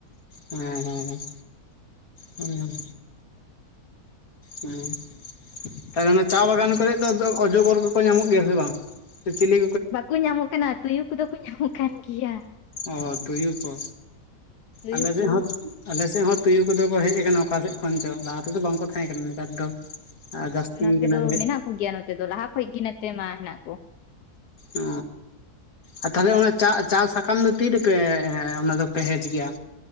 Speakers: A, on the left; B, on the left.
A: ᱦᱮᱸ ᱦᱮᱸ ᱦᱮᱸ, ᱦᱩ, ᱦᱮᱸ, ᱛᱟᱦᱞᱮ ᱚᱱᱟ ᱪᱟ ᱵᱟᱜᱟᱱ ᱠᱚᱨᱮᱜ ᱫᱚ ᱟᱫᱚ ᱚᱡᱚᱜᱚᱨ ᱠᱚᱠᱚ ᱧᱟᱢᱚᱜ ᱜᱮᱭᱟ ᱥᱮ ᱵᱟᱝ᱾ ᱥᱮ ᱪᱤᱞᱤ
B: ᱵᱟᱠᱩ ᱧᱟᱢᱚᱜ ᱠᱟᱱᱟ ᱛᱩᱭᱩ ᱠᱚᱫᱚ ᱠᱩ ᱧᱟᱢᱚᱜ ᱠᱟᱱ ᱜᱮᱭᱟ᱾
A: ᱚ ᱛᱩᱭᱩ ᱠᱚ,
B: ᱛᱩᱭᱩ
A: ᱟᱞᱮᱥᱮᱫ
B: ᱠᱚ
A: ᱦᱚᱸ ᱟᱞᱮ ᱥᱮᱫ ᱦᱚᱸ ᱛᱩᱭᱩ ᱠᱚᱫᱚ ᱠᱚ ᱦᱮᱡ ᱠᱟᱱᱟ ᱚᱠᱟ ᱥᱮᱫ ᱠᱷᱚᱱ ᱪᱚ, ᱞᱟᱦᱟ ᱛᱮᱫᱚ ᱵᱟᱝᱠᱚ ᱛᱟᱦᱮᱸ ᱠᱟᱱᱟ ᱱᱮᱛᱟᱨ ᱫᱚ ᱡᱟᱹᱥᱛᱤ
B: ᱱᱚᱛᱮ
A: ᱠᱟᱱᱟ
B: ᱫᱚ
A: ᱠᱚ ᱦᱮᱡ
B: ᱢᱮᱱᱟᱜ ᱠᱚᱜᱮᱭᱟ ᱱᱚᱛᱮ ᱫᱚ ᱞᱟᱦᱟ ᱠᱷᱚᱡ ᱜᱮ ᱱᱚᱛᱮ ᱢᱟ ᱦᱮᱱᱟᱜ ᱠᱚ᱾
A: ᱚ, ᱟᱨ ᱛᱟᱦᱞᱮ ᱚᱱᱟ ᱪᱟ, ᱪᱟ ᱥᱟᱠᱟᱢ ᱫᱚ ᱛᱤ ᱨᱮᱯᱮ ᱚᱱᱟ ᱫᱚᱯᱮ ᱦᱮᱡᱽ ᱜᱮᱭᱟ?